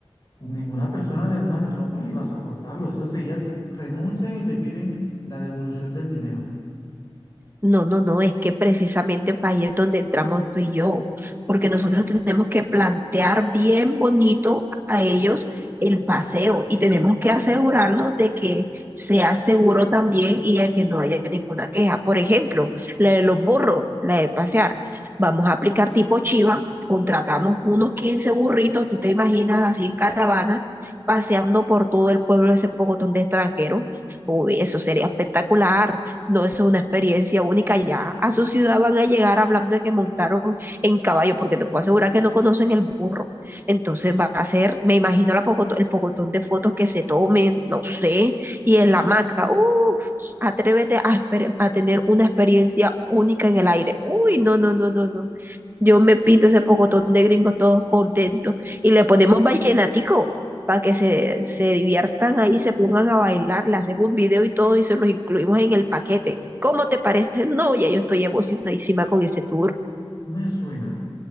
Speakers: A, on the left (about 40°); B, on the right (about 20°).
A: Ninguna persona de una metrópoli va a soportarlo. Eso enseguida renuncian y te piden la devolución del dinero.
B: No, no, no, es que precisamente ahí es donde entramos tú y yo, porque nosotros tenemos que plantear bien bonito a ellos el paseo y tenemos que asegurarnos de que sea seguro también y de que no haya ninguna queja. Por ejemplo, la de los burros, la de pasear. Vamos a aplicar tipo chiva, contratamos unos 15 burritos, tú te imaginas así en caravana, paseando por todo el pueblo ese pocotón de extranjeros. Uy, eso sería espectacular. No, eso es una experiencia única. Ya a su ciudad van a llegar hablando de que montaron en caballo, porque te puedo asegurar que no conocen el burro. Entonces va a ser, me imagino, la pocoto- el pocotón de fotos que se tomen, no sé, y en la hamaca. Uf, atrévete a, exper- a tener una experiencia única en el aire. Uy, no, no, no, no, no. Yo me pinto ese pocotón de gringos todos contentos y le ponemos vallenatico para que se, se diviertan ahí, se pongan a bailar, le hacemos un video y todo y se los incluimos en el paquete. ¿Cómo te parece? No, ya yo estoy emocionadísima con ese tour.
A: Me suena,